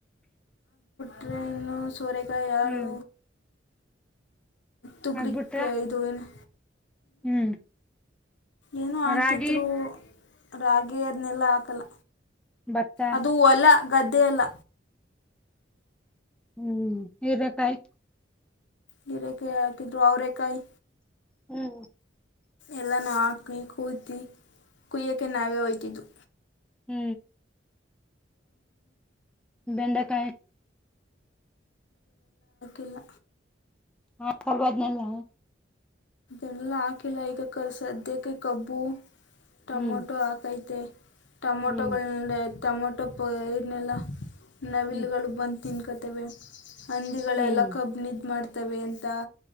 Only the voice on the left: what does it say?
ಟ್ರೆನ್ನು ಸೋರೆಕಾಯ್ ಯಾಳು
ತುಗ್ರಿಕ್ಕ
ಇದು ಇನ್ನು
ಏನೊ ಹಾಕಿದ್ರು
ರಾಗಿ ಅದ್ನೆಲ್ಲ ಹಾಕಲ್ಲ
ಅದು ಹೊಲ ಗದ್ದೆ ಅಲ್ಲ
ಹೀರೆಕಾಯ್ ಹಾಕಿದ್ರು ಅವ್ರೇಕಾಯ್
ಎಲ್ಲಾನೂ ಹಾಕಿ ಕುಯ್ದಿ, ಕುಯ್ಯಕ್ಕೆ ನಾವೇ ಒಯ್ತಿದ್ದು
ಇಲ್ಲ
ಎಲ್ಲ ಹಾಕಿಲ್ಲ ಈಗ ಕ ಸದ್ಯಕ್ಕೆ ಕಬ್ಬು ಟೊಮೊಟೊ
ಹಾಕೈತೆ ಟಮೊಟೊಗಳ್ನೆ
ಟಮೊಟೊ ಪ ಇದ್ನೆಲ್ಲಾ ನವಿಲುಗಳು
ಬಂದ್ ತಿನ್ ಅವೆ ಹಂದಿಗಳೆಲ್ಲ
ಕಬ್ನಿದ್ ಮಾಡ್ತವೆ ಅಂತ